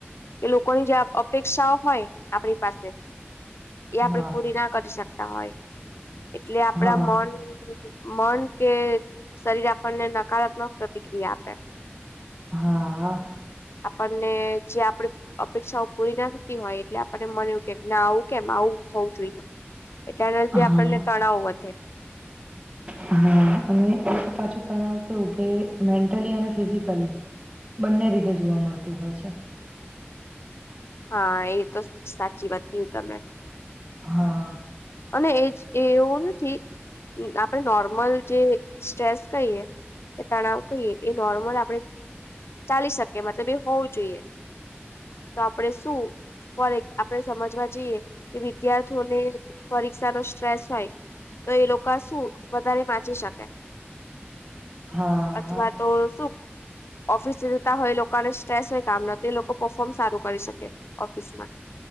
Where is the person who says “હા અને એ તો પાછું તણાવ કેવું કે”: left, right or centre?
Right